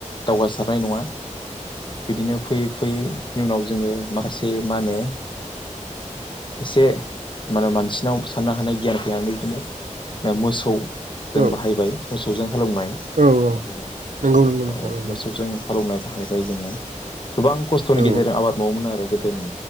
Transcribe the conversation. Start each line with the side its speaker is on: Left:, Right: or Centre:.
Left: दावगासारनाय नङा। बिदिनो फैयै फैयै। बिनि उनाव जोङो माखासे मा होनो एसे मा होनो मानसिनाव साननो हानाय गियान फैनानै बिदिनो। मोसौ जों
Right: औ
Left: बाहायबाय मोसौ। फुजों‌ हालौनाय
Right: औ औ
Left: बिनो
Right: नंगौ नंगौ
Left: औ
Right: नोंथां नंगौ
Left: मोसौजों। हालौनो बाहायबाय जोंङो गोबां खस्थ'नि
Right: औ
Left: गेजेरजों आबाद मावोमोन आरो गोद दैनि